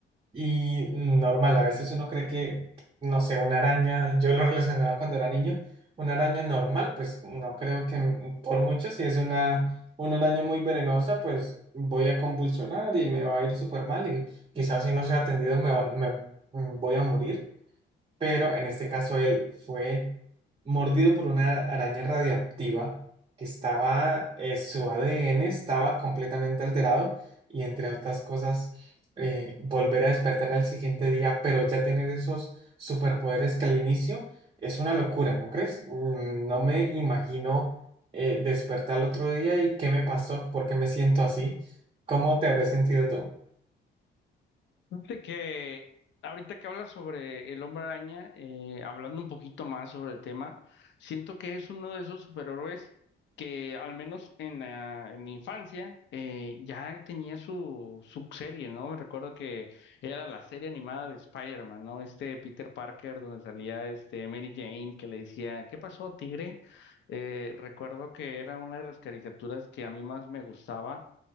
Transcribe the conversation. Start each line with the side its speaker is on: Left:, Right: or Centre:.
Right: y mm, normal, a veces uno cree que, no sé, una araña, yo lo relacionaba cuando era niño, una araña normal, pues no creo que m- por mucho, si es una, una araña muy venenosa, pues voy a convulsionar y me va a ir súper mal y quizás si no soy atendido me, van- me mm, voy a morir pero en este caso él fue mordido por una araña radiactiva que estaba, eh, su ADN estaba completamente alterado y entre otras cosas, eh, volver a despertar al siguiente día, pero ya tener esos superpoderes que al inicio es una locura, ¿no crees? Mm, No me imagino eh, despertar al otro día y qué me pasó, por qué me siento así, ¿cómo te habrías sentido tú?
Left: Fíjate que ahorita que hablas sobre el Hombre Araña, eh, hablando un poquito más sobre el tema, siento que es uno de esos superhéroes que al menos en la, en mi infancia eh, ya tenía su, su serie, ¿no? Me recuerdo que era la serie animada de Spider-Man, ¿no? Este Peter Parker donde salía este Mary Jane que le decía, ¿qué pasó, tigre? Eh, recuerdo que era una de las caricaturas que a mí más me gustaba